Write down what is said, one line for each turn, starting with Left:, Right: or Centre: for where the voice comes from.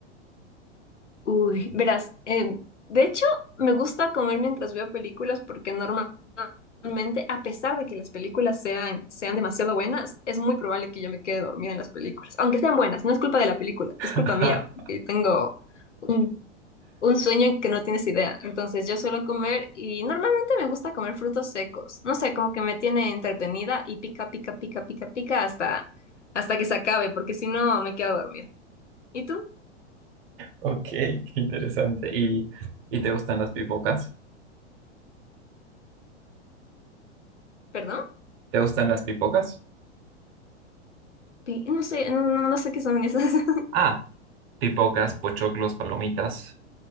Left: Uy, verás, em, de hecho me gusta comer mientras veo películas porque normalmente, a pesar de que las películas sean, sean demasiado buenas, es muy probable que yo me quede dormida en las películas. Aunque sean buenas, no es culpa de la película,
Right: <laughs>
Left: es culpa mía, porque tengo un, un sueño que no tienes idea. Entonces yo suelo comer y normalmente me gusta comer frutos secos. No sé, como que me tiene entretenida y pica, pica, pica, pica, pica hasta, hasta que se acabe, porque si no me quedo dormida. ¿Y tú?
Right: Ok, qué interesante. ¿Y, y te gustan las pipocas?
Left: ¿Perdón?
Right: ¿Te gustan las pipocas?
Left: Pi- No sé, no, no, no sé qué son esas. <laughs>
Right: Ah, pipocas, pochoclos, palomitas.